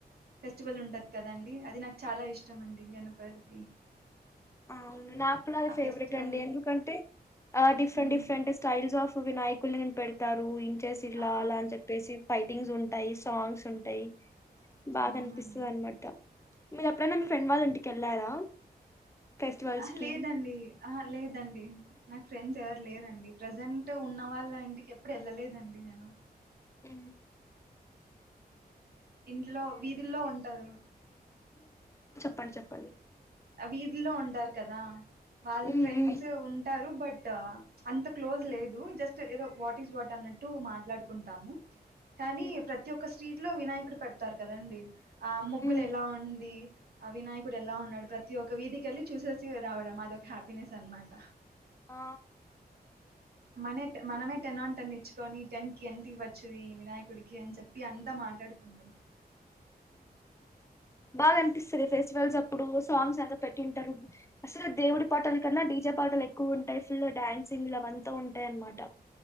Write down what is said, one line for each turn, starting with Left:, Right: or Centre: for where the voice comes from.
Right: ఫెస్టివల్ ఉంటుంది కదండి అది నాకు చాలా ఇష్టం అండి గణపగతి
Left: అ నాకు కూడా అది ఫేవరెట్
Right: ఫెస్టివల్
Left: అండి ఎందుకంటే different
Right: hmm
Left: different styles of Vinayak ల్ పెడతారు ఇం చేసి ఇలా
Right: ఆ
Left: అలా అని చెప్పేసి ఫైటింగ్స్ ఉంటాయి సాంగ్స్ ఉంటాయి బాగానిపిస్తుంది
Right: అవునండి
Left: అనమాట మీరు ఎప్పుడైనా మీ ఫ్రెండ్ వాళ్ళు ఇంటిక వెళ్ళారా ఫెస్టివల్స్
Right: ఆ
Left: కి
Right: లేదండి ఆ లేదండి నాకు ఫ్రెండ్స్ ఎవరు లేరండి ప్రజెంట్ ఉన్న వాళ్ళ ఇంటికి ఎప్పుడు వెళ్ళలేదండి నేను
Left: అ
Right: ఇంట్లో వీధిల్లో ఉంటారు
Left: చెప్ప చెప్పండిి
Right: వీధిలో ఉంటారు కదా వాళ్ళ
Left: మ్మ్,
Right: ఫ్రెండ్స్
Left: మ్మ్.
Right: ఉంటారు బట్ బట్ అంత క్లోజ్ లేదు జస్ట్ ఏదో వాట్ ఇజ్ వాట్ అన్నట్టు మాట్లాడుకుంటాము కానీ
Left: మ్మ్,
Right: ప్రతి ఒక్క స్ట్రీట్ ఇట్లో వినాయకుడు పెడతారు కదండి ఆ ముగ్గులు
Left: మ్మ్.
Right: ఎలా ఉంది ఆ వినాయకుడు ఎలా ఉన్నాడు ప్రతి ఒక వీధికి వెళ్ళి చూసేసి రావడం అదిొక హ్యాపీనెస్ అనమాట
Left: ఆ
Right: మన మనమే టెన్ ఆన్ టెన్ ఇచ్చుకొని టెన్ కి ఎంత ఇవ్వచ్చిది వినాయకుడికి అని చెప్పి అంత మ మాట్లాడుకుంట
Left: బాగా అనిపిస్తుంది ఫెస్టివల్స్ అప్పుడు సాంగ్స్ ఎంత పెట్టింటారు అసలు దేవుడి పాటల కన్నా డీజా పాటలు ఎక్కువ ఉంటాయి ఫుల్ డడాన్సింగ్ లావంతా ఉంటాయ అనమాట